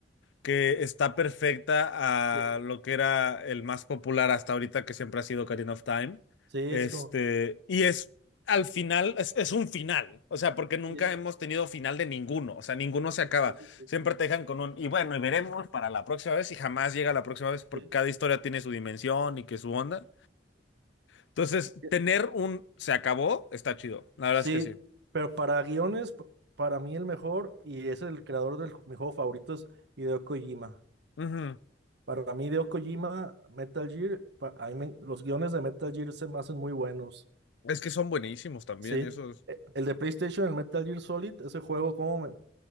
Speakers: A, on the left; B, on the right.
A: que está perfecta
B: Sí,
A: a lo que era el más popular hasta ahorita, que siempre ha sido Ocarina of Time.
B: sí,
A: Este,
B: es como...
A: y es al final, es, es un final, o sea, porque nunca
B: Sí,
A: hemos tenido final de ninguno, o sea, ninguno se acaba.
B: sí, sí, sí,
A: Siempre te dejan con un, y bueno, y veremos para la próxima vez, y jamás llega la próxima vez, porque
B: sí,
A: cada historia tiene su dimensión y que su onda. Entonces,
B: sí.
A: tener un se acabó está chido, la verdad
B: Sí,
A: es que sí.
B: pero para guiones, p- para mí el mejor, y es el creador de mi juego favorito, es Hideo Kojima.
A: Ujú.
B: Para mí, Hideo Kojima, Metal Gear, pa- a mí me- los guiones de Metal Gear se me hacen muy buenos.
A: Es que son buenísimos también
B: Sí,
A: esos.
B: e- el de PlayStation, el Metal Gear Solid, ese juego, como me...